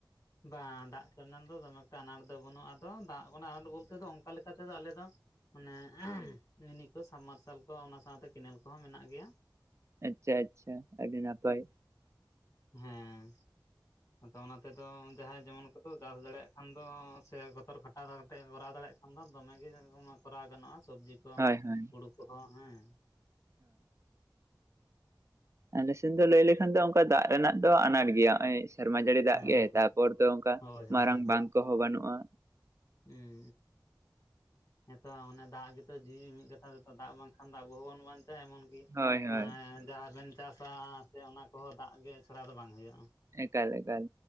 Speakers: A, on the left (about 40°); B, on the right (about 35°).
A: ᱵᱟᱝ ᱫᱟᱜ ᱨᱮᱱᱟᱜ ᱫᱚ ᱫᱚᱢᱮ ᱮᱠᱴᱟ ᱟᱱᱟᱴ ᱫᱚ ᱵᱟᱹᱱᱩᱜᱼᱟ ᱟᱫᱚ ᱫᱟᱜ ᱟᱱᱟᱴ ᱵᱚᱞᱛᱮ ᱫᱚ ᱚᱱᱠᱟ ᱞᱮᱠᱟᱛᱮᱫᱚ ᱟᱞᱮ ᱫᱚ ᱚᱱᱮ ᱢᱤᱱᱤ ᱠᱚ ᱥᱟᱵᱢᱟᱨᱥᱟᱞ ᱠᱚ ᱚᱱᱟ ᱥᱟᱶᱛᱮ ᱠᱮᱱᱮᱞ ᱠᱚᱦᱚᱸ ᱢᱮᱱᱟᱜ ᱜᱮᱭᱟ
B: ᱟᱪᱪᱷᱟ ᱟᱪᱪᱷᱟ ᱟᱹᱰᱤ ᱱᱟᱯᱟᱭ᱾
A: ᱦᱮᱸ ᱟᱫᱚ ᱚᱱᱟᱛᱮ ᱟᱫᱚ ᱡᱟᱦᱟᱸᱭ ᱡᱮᱢᱚᱱ ᱠᱚᱫᱚ ᱪᱟᱥ ᱫᱟᱲᱮᱭᱟᱜ ᱠᱦᱟᱱ ᱫᱚ ᱥᱮ ᱜᱚᱛᱚᱨ ᱠᱷᱟᱴᱟᱣ ᱠᱟᱛᱮ ᱠᱚᱨᱟᱣ ᱫᱟᱲᱮᱭᱟᱜ ᱟᱫᱚ ᱫᱚᱢᱮ ᱜᱮ ᱠᱚᱨᱟᱣ ᱜᱟᱱᱚᱜᱼᱟ ᱥᱚᱵᱽᱡᱤ ᱠᱚ
B: ᱦᱳᱭ ᱦᱳᱭ
A: ᱦᱩᱲᱩ ᱠᱚᱦᱚᱸ ᱦᱮᱸ
B: ᱟᱞᱮᱥᱮᱫ ᱫᱚ ᱞᱟᱹᱭ ᱞᱮᱠᱷᱟᱱ ᱫᱚ ᱚᱱᱠᱟ ᱫᱟᱜ ᱨᱮᱱᱟᱜ ᱫᱚ ᱟᱱᱟᱴ ᱜᱮᱭᱟ ᱱᱚᱜᱚᱭ ᱥᱮᱨᱢᱟ ᱡᱟᱹᱲᱤ ᱫᱟᱜ
A: ᱦᱮᱸ
B: ᱜᱮ ᱛᱟᱨᱯᱚᱨ
A: ᱦᱮᱸ
B: ᱫᱚ ᱚᱱᱠᱟ
A: ᱦᱳᱭ ᱦᱳᱭ
B: ᱢᱟᱨᱟᱝ
A: ᱦᱳᱭ
B: ᱵᱟᱱ
A: ᱦᱮᱸ
B: ᱠᱚᱦᱚᱸ ᱵᱟᱹᱱᱩᱜᱼᱟ
A: ᱦᱩᱸ ᱦᱩᱸᱦᱮᱸᱛᱚ ᱚᱱᱮ ᱫᱟᱜ ᱜᱮ ᱡᱤᱣᱤ ᱢᱤᱫ ᱠᱟᱛᱷᱟ ᱛᱮᱛᱚ ᱫᱟᱜ ᱵᱟᱝᱠᱷᱟᱱ ᱫᱚ ᱟᱵᱚ ᱦᱚᱸᱵᱚᱱ ᱵᱟᱧᱪᱟᱜ ᱮᱢᱚᱱ ᱠᱤ
B: ᱦᱳᱭ ᱦᱳᱭ
A: ᱡᱟᱦᱟᱸᱵᱮᱱ ᱪᱟᱥᱟ ᱥᱮ ᱚᱱᱟ ᱠᱚᱦᱚᱸ ᱫᱟᱜ ᱜᱮ ᱪᱷᱟᱲᱟ ᱫᱚ ᱵᱟᱝ ᱦᱩᱭᱩᱜᱼᱟ᱾
B: ᱮᱠᱟᱞ ᱮᱠᱟᱞ